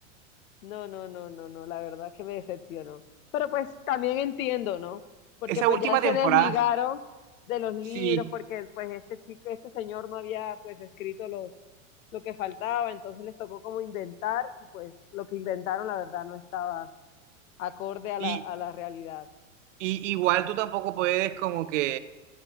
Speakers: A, on the left (about 75°); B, on the right (about 60°).
A: No, no, no, no, no, la verdad que me decepcionó. Pero pues también entiendo, ¿no? Porque
B: Esa
A: pues
B: última
A: ya se
B: temporada,
A: desligaron de los libros,
B: sí,
A: porque pues este chico, este señor no había pues escrito los, lo que faltaba, entonces les tocó como inventar y pues lo que inventaron la verdad no estaba acorde a
B: y,
A: la, a la realidad.
B: y igual tú tampoco puedes como que,